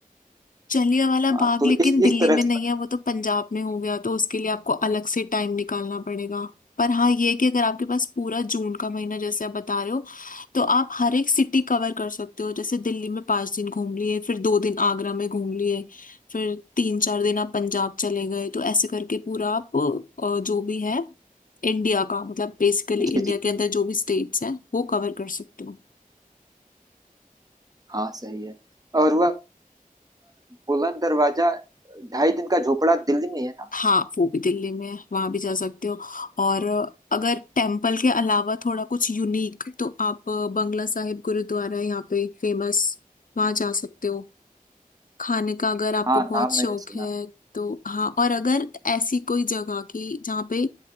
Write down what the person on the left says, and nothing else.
जलियांवाला
बाग
लेकिन
दिल्ली
में नहीं
है वो तो पंजाब में हो गया तो उसके लिए आपको अलग से टाइम निकालना पड़ेगा पर हाँ ये है कि अगर आपके पास पूरा जून का महीना जैसे आप बता रहे हो तो आप हर एक सिटी कवर कर सकते हो जैसे दिल्ली में पाँच दिन घूम लिए फिर दो दिन आगरा में घूम लिए फिर तीन चार दिन आप पंजाब चले गए तो ऐसे करके पूरा आप अ, जो भी है इंडिया का मतलब बेसिकली इंडिया
के अंदर जो भी स्टेट्स हैं वो कवर कर सकते हो
हाँ वो भी दिल्ली में है वहां भी जा सकते हो और अगर टेम्पल के अलावा थोड़ा कुछ यूनिक तो आप बंगला साहिब गुरुद्वारा है यहाँ पे फेमस वहां जा सकते हो खाने का अगर आपको
बहुत
शौक
है तो हाँ और अगर ऐसी कोई जगह की जहाँ पे